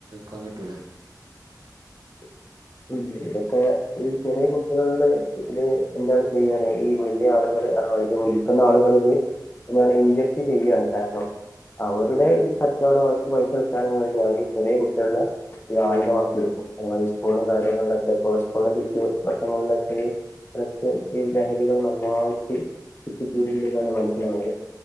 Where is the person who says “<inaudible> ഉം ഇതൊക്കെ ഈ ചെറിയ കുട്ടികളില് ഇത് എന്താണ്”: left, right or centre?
Left